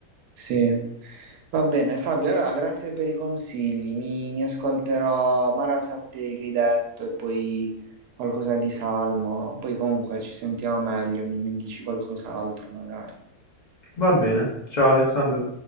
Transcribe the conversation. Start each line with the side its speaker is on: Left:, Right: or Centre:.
Right: sì. Va bene, Fabio, allora grazie per i consigli. Mi, mi ascolterò Marasatti che hai detto e poi qualcosa di Salmo. Poi comunque ci sentiamo meglio, mi mi dici qualcos'altro magari.
Left: Va bene. Ciao Alessandro.